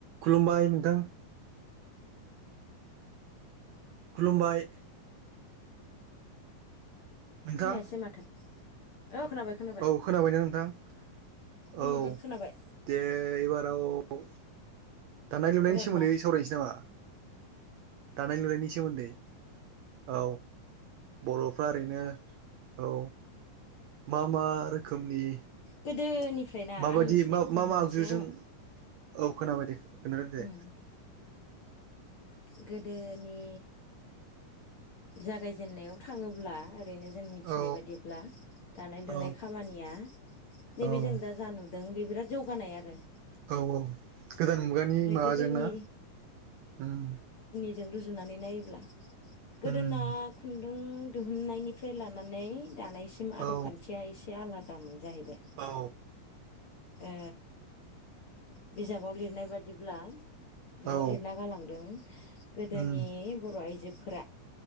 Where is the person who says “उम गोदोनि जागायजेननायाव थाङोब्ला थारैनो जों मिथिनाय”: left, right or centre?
Left